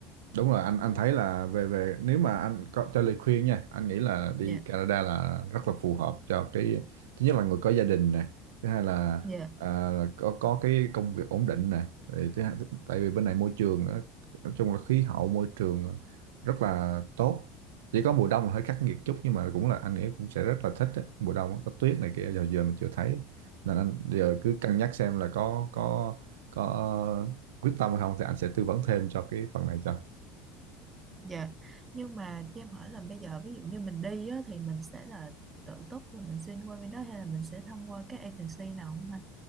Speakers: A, on the right; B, on the right.
A: đúng rồi anh anh thấy là về về nếu mà anh có cho lời khuyên nha anh nghĩ là đi
B: Dạ
A: Canada là rất là phù hợp cho cái thứ nhất là người có gia đình nè thứ hai là
B: Dạ
A: à, có có cái công việc ổn định nè Rồi thứ hai tại vì bên này môi trường á, nói chung là khí hậu môi trường rất là tốt chỉ có mùa đông là hơi khắc nghiệt chút nhưng mà cũng là anh nghĩ cũng sẽ rất là thích á. mùa đông á, có tuyết này kia giờ giờ mình chưa thấy nên anh giờ cứ cân nhắc xem là có có có quyết tâm hay không thì anh sẽ tư vấn thêm cho cái phần này cho
B: Dạ, nhưng mà cho em hỏi là bây giờ ví dụ như mình đi á, thì mình sẽ là tự túc rồi mình xin qua bên đó hay là mình sẽ thông qua các agency nào không anh?